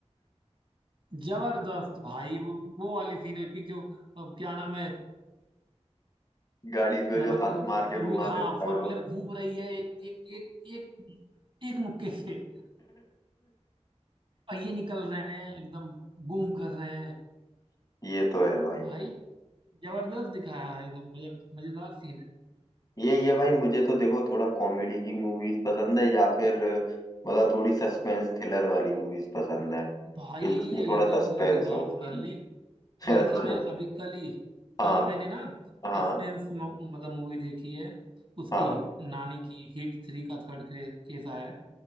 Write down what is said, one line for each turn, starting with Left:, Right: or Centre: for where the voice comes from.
Right: जबरदस्त भाई वो वो वाली सीन एपिक जो अब क्या नाम है
Left: गाड़ी
Right: मतलब
Left: पे जो हाथ
Right: कि
Left: मार के
Right: फोर
Left: घुमा
Right: व्हीलर हाँ
Left: देता
Right: फोर
Left: है वो
Right: व्हीलर घूम रही है एक एक एक एक, एक मुक्के से पहिए निकल रहे हैं एकदम बूम कर रहे
Left: <laughs> ये तो है
Right: हैं
Left: भाई
Right: भाई जबरदस्त दिखाया है एकदम मजा मजेदार सीन है
Left: ये ये भाई मुझे तो देखो थोड़ा कॉमेडी की मूवीज पसंद है या फिर मतलब थोड़ी सस्पेंस थ्रिलर वाली मूवीज पसंद है
Right: भाई
Left: कि जिसमें
Right: एकदम
Left: थोड़ा सस्पेंस
Right: मुंह की बात
Left: हो <laughs>
Right: छीन ली बल्कि
Left: अच्छा
Right: मैं अभी कल ही
Left: हाँ
Right: कल ही मैंने ना
Left: हाँ
Right: सस्पेंस मतलब मूवी देखी है उसकी
Left: हाँ
Right: नानी की हिट थ्री का थर्ड केस आया है